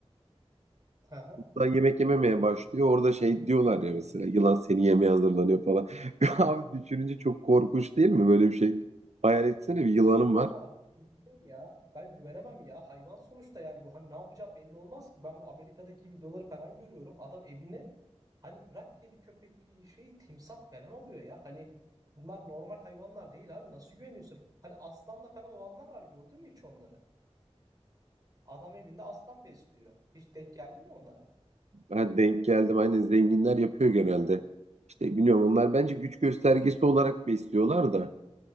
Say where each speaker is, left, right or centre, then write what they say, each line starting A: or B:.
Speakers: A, on the right (about 35°); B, on the right (about 80°).
A: <laughs>
B: Yılan yemek yememeye başlıyor. Orada şey diyorlar ya mesela yılan seni yemeye hazırlanıyor falan. <laughs> Abi düşününce çok korkunç değil mi? Böyle bir şey. Hayal etsene bir yılanım
A: Valla
B: var.
A: bilmiyorum ya. Ben güvenemem ya. Hayvan sonuçta yani bu hani ne yapacağı belli olmaz ki. Ben bu Amerika'daki videoları falan görüyorum. Adam evine hani bırak kedi köpek şey timsah falan alıyor ya. Hani bunlar normal hayvanlar değil abi. Nasıl güveniyorsun? Hani aslanla falan olanlar var gördün mü hiç onları? Adam evinde aslan besliyor. Hiç denk geldi mi onlara?
B: Ha, denk geldim. Aynen zenginler yapıyor genelde. İşte bilmiyorum onlar bence güç göstergesi olarak besliyorlar da.